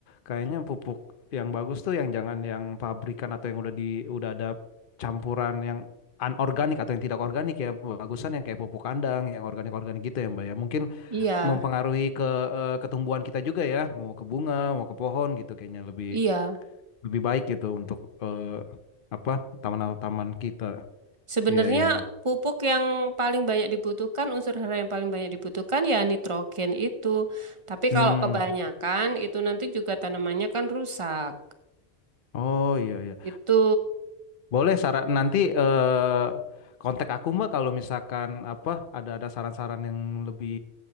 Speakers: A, on the left (about 55°); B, on the right (about 30°).
A: kayaknya pupuk yang bagus tuh yang jangan yang pabrikan atau yang udah di udah ada campuran yang anorganik atau yang tidak organik ya. Bagusan yang kayak pupuk kandang, yang organik-organik gitu ya, Mbak ya. Mungkin
B: Iya,
A: mempengaruhi ke eh, ketumbuhan kita juga ya, mau ke bunga, mau ke pohon gitu kayaknya lebih
B: iya.
A: lebih baik gitu untuk eh, apa taman-taman kita
B: Sebenarnya
A: Iya, iya, iya.
B: pupuk yang paling banyak dibutuhkan, unsur hara yang paling banyak dibutuhkan ya nitrogen itu. Tapi
A: Hmm.
B: kalau kebanyakan itu nanti juga tanamannya kan rusak.
A: Oh, iya, iya.
B: Itu
A: Boleh saran nanti eh kontak aku Mbak kalau misalkan apa ada ada saran-saran yang lebih